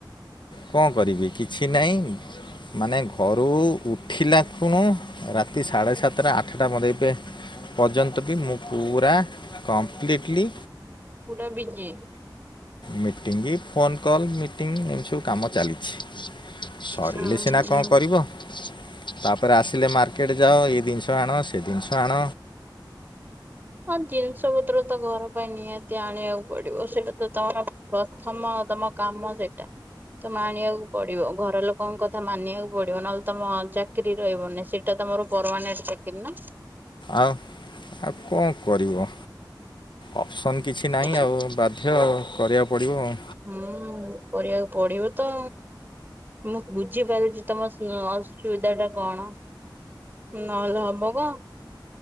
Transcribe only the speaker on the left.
କଣ କରିବି କିଛି ନାଇ। ମାନେ ଘରୁ ଉଠିଲା ଖୁଣୁ ରାତି ସାଢ଼େ ସାତଟା ଆଠଟା ମୋତେ ଏବେ ପର୍ଯ୍ୟନ୍ତ ବି ମୁଁ ପୁରା କମ୍ପ୍ଲିଟଲି
ମିଟିଙ୍ଗି ଫୋନ କଲ ମିଟିଂ ସବୁ କାମ ଚାଲିଛି ସରିଲେ
ସିନା
କଣ କରିବ। ତାପରେ ଆସିଲେ ମାର୍କେଟ ଯାଅ ଏଇ ଜିନିଷ ଆଣ ସେ ଜିନିଷ ଆଣ
ଆଉ ଆଉ କଣ କରିବ ଅପସନ୍ କିଛି
ନାହିଁ ଆଉ ବାଧ୍ୟ କରିବାକୁ ପଡ଼ିବ ଆଉ